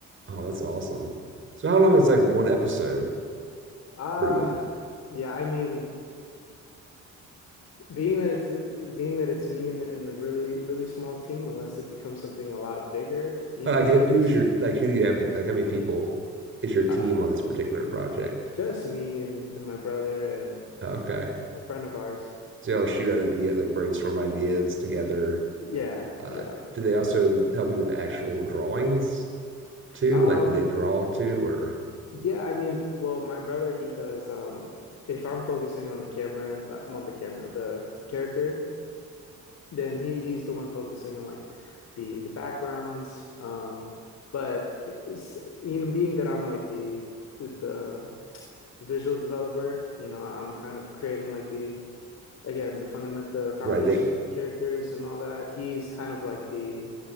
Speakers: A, on the right (about 40°); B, on the left (about 60°).
A: oh, that's awesome. So how long is like one episode
B: Uh,
A: for you?
B: yeah, I mean, being that it's being that it's me and and a really really small team, unless it becomes something a lot bigger, you
A: Like
B: know, animation,
A: who is your like who do you have like how many people is your team
B: uh,
A: on this particular project?
B: just me and and my brother and
A: Okay.
B: a friend of ours.
A: So y'all shoot out idea like brainstorm ideas together.
B: Yeah,
A: Uh,
B: yeah.
A: do they also help you with the actual drawings too?
B: Um,
A: Like do they draw too or
B: yeah, I mean, well, my brother, he does, um, if I'm focusing on the camera, uh, I'm on the camera, the character, then he he's the one focusing on like the the backgrounds. Um, but it's, you know, being that I'm like the the, the the visual developer, you know, I'm kind of creating like the again the fundament the foundation
A: right they
B: of the characters and all that. He's kind of like the